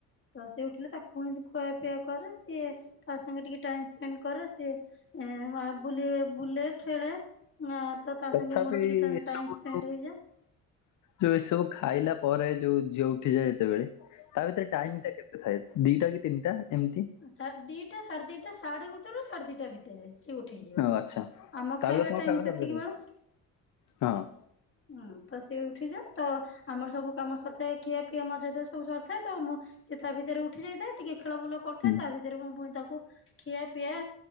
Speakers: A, on the left (about 35°); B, on the left (about 50°).
A: ତ ସେ ଉଠିଲେ ତାକୁ ପୁଣି ଖୁଆପିଆ କରେ ସିଏ ତା ସାଙ୍ଗେ ଟିକେ ଟାଇମ ସ୍ପେଣ୍ଡ କରେ ସିଏ। ଏ ମା ବୁଲି ବୁଲେ ଖେଳେ। ହଁ ତ ତା
B: ତଥାପି
A: ସାଙ୍ଗେ ମୋର ଟିକେ ଟା-ଟାଇମ୍
B: ଏସବୁ
A: ସ୍ପେଣ୍ଡ
B: ଯୋଉ
A: ହେଇଯାଏ।
B: ଯୋଉ ଏସବୁ ଖାଇଲା ପରେ ଯୋଉ ଝିଅ ଉଠିଯାଏ ଯେତେବେଳେ ତା ଭିତରେ ଟାଇମ ଟା କେ ତେ ଥାଏ ଦିଟା କି ତିନିଟା ଏମିତି।
A: ସାର ଦିଟା ସାଢେ ଦିଟା ସାଢ଼େ ଗୋଟେରୁ ସାଢ଼େ ଦିଟା ଭିତରେ। ସିଏ ଉଠିଯିବ
B: ଓ ଆଚ୍ଛା।
A: ଆମ
B: ତାପରେ
A: ଖାଇବା
B: ତମ
A: ଟାଇମ
B: ସରିଯାଇଥିବ
A: ସେତିକିବେଳ।
B: ହଁ।
A: ହୁଁ ତ ସିଏ ଉଠିଯାଏ ତ ଆମର ସବୁ କାମ ସରିଥାଏ ଖିଆ ପିଆ ମଜା ଧୁଆ ସବୁ ସରିଥାଏ ତ ମୁଁ। ସେ ତା ଭିତରେ ଉଠି ଯାଇଥାଏ ଟିକେ ଖେଳ ବୁଲ କରୁଥାଏ
B: ହୁଁ
A: ତା ଭିତରେ ମୁଁ ପୁଣି ତାକୁ। ଖିଆ ପିଆ